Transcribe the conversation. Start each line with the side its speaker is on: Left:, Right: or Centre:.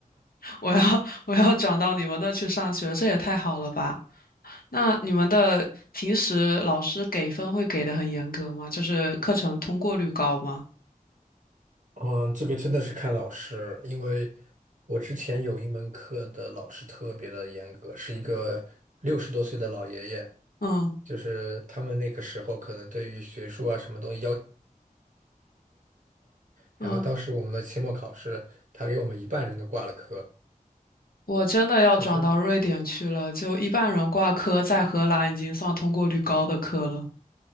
Left: 我要 <laughs> 我要转到你们那去上学，这也太好了吧？那你们的平时老师给分会给的很严格吗？就是课程通过率高吗？
Right: 嗯，这个真的是看老师，因为我之前有一门课的老师特别的严格，是一个六十多岁的老爷爷。
Left: 嗯
Right: 就是他们那个时候可能对于学术啊什么东西要然后当时我们的期末考试，
Left: 嗯。
Right: 他给我们一半人都挂了科，
Left: 我真的要转到瑞典去了，
Right: 就是
Left: 就一半人挂科，在荷兰已经算通过率高的科了。